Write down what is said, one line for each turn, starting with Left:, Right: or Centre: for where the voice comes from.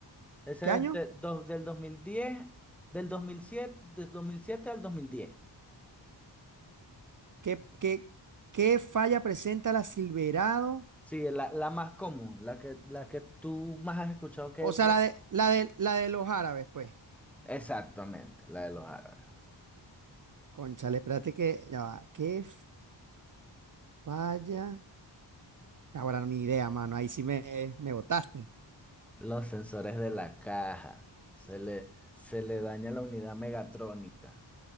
Centre: Ese
Right: ¿Qué año?
Centre: es de- do- del 2010 del 2007, del 2007 al dos mil diez
Right: ¿Qué, qué, qué falla presenta la Silverado?
Centre: Sí, la, la más común, la que, la que tú más has escuchado que...
Right: O sea,
Centre: me-
Right: la de, la de, la de los árabes, pues.
Centre: Exactamente, la de los árabes.
Right: Cónchale, espérate que, ya va. ¿Qué falla? Ahora ni idea, mano. Ahí sí me, me botaste.
Centre: Los sensores de la caja. Se le, se le daña la unidad megatrónica.